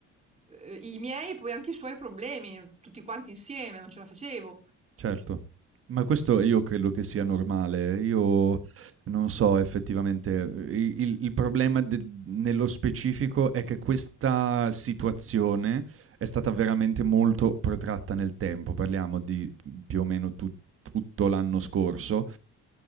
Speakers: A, on the right (about 20°); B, on the right (about 45°).
A: eh, i miei e poi anche i suoi problemi, tutti quanti insieme, non ce la facevo.
B: Certo. Ma questo io credo che sia normale. Io non so effettivamente, ehm, i il il problema del nello specifico è che questa situazione è stata veramente molto protratta nel tempo. Parliamo di, mhmm, più o meno tu tutto l'anno scorso